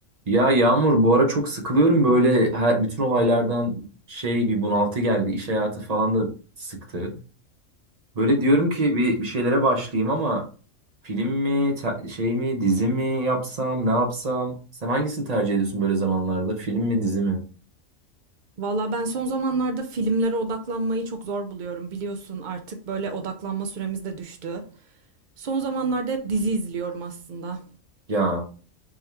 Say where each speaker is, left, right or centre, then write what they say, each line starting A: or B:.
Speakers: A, on the right; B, on the right.
A: Ya Yağmur bu ara çok sıkılıyorum böyle her, bütün olaylardan şey bir bunaltı geldi. İş hayatı falan da sıktı. Böyle diyorum ki bir, bir şeylere başlayayım ama film mi te- şey mi dizi mi yapsam ne yapsam? Sen hangisini tercih ediyorsun böyle zamanlarda film mi dizi mi?
B: Valla ben son zamanlarda filmlere odaklanmayı çok zor buluyorum. Biliyorsun artık böyle odaklanma süremiz de düştü. Son zamanlarda hep dizi izliyorum aslında.
A: Ya